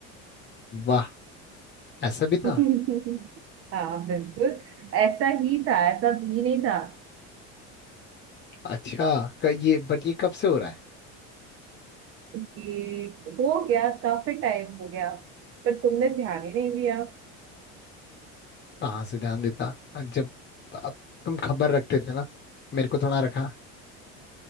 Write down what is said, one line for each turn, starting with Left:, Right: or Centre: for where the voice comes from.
Left: वाह ऐसा भी था
Right: <laughs> हाँ बिल्कुल ऐसा ही था ऐसा भी नहीं था
Left: अच्छा क, ये बट ये कब से हो रहा है
Right: कि हो गया काफी टाइम हो गया पर तुमने ध्यान ही नहीं दिया
Left: कहाँ से ध्यान देता जब अब तुम खबर रखते थे ना मेरे को थोड़ा रखा